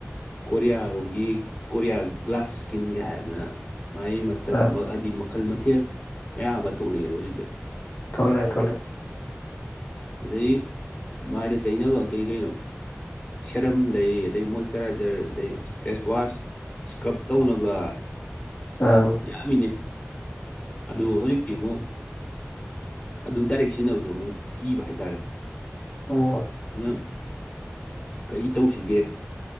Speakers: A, on the left; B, on the left.
A: ꯀꯣꯔꯤꯌꯥꯔꯣꯝꯒꯤ ꯀꯣꯔꯤꯌꯥ ꯒ꯭ꯂꯥꯁ ꯁ꯭ꯀꯤꯟꯒ ꯍꯥꯏꯗꯅ ꯃꯥꯏ
B: ꯑꯪ
A: ꯍꯥꯏꯗꯤ ꯃꯈꯜ ꯃꯊꯦꯜ ꯃꯌꯥꯝ ꯑꯃ ꯊꯣꯛꯂꯛꯑꯦꯕ ꯍꯧꯖꯤꯛꯁꯦ
B: ꯊꯂꯦ ꯊꯂꯦ
A: ꯑꯗꯩ ꯃꯥꯏꯗ ꯇꯩꯅꯕ ꯀꯩ ꯀꯩꯅꯣ ꯁꯦꯔꯝꯗꯩ ꯑꯗꯩ ꯃꯣꯏꯆꯔꯥꯏꯖꯔ ꯑꯗꯩ ꯐꯦꯁ ꯋꯥꯁ ꯏꯁꯀ꯭ꯔꯞ ꯇꯧꯅꯕ
B: ꯑ
A: ꯌꯥꯝꯃꯤꯅꯦ ꯑꯗꯨ ꯍꯧꯖꯤꯛꯇꯤ ꯑꯃꯨꯛ ꯑꯗꯨ ꯗꯥꯏꯔꯦꯛ ꯁꯤꯖꯤꯟꯅꯕꯁꯨ ꯑꯃꯨꯛ ꯀꯤꯕ ꯍꯥꯏꯇꯥꯔꯦ
B: ꯑꯣ
A: ꯑ ꯀꯩ ꯇꯧꯁꯤꯒꯦ